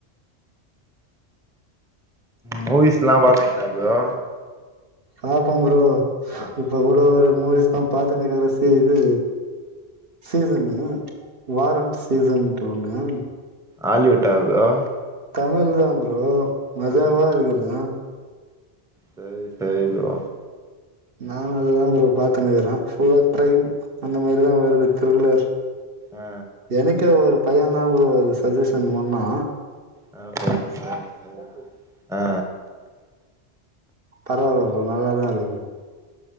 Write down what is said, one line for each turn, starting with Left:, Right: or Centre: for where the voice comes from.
Centre: மூவிஸ் லா பாப்பிங்கலா ப்ரோ
Right: பாப்பம் ப்ரோ இப்ப கூட ஒரு மூவிஸ் தா பாத்துன்னக்கர சி இது சீசனு வாரண்ட் சீசன்ட் ஒண்ணு.
Centre: ஆலிவிட்டா ப்ரோ
Right: தமிழ் தா ப்ரோ மஜாவா
Centre: ஆ
Right: இருக்குதா
Centre: சரி சரி ப்ரோ
Right: நானும் அதாதா ப்ரொ பாத்துனுக்கறே ஃபுல்லா க்ரைம் அந்த மாரி தா வருது த்ரில்லர்.
Centre: ஆ
Right: எனக்கே ஒரு பு பையனா ப்ரோ அது சஜஷன் ஒன்னா.
Centre: ஆ ப்ரோ <inaudible> ஆ
Right: பரவால்ல ப்ரோ நல்லாதா இருக்கு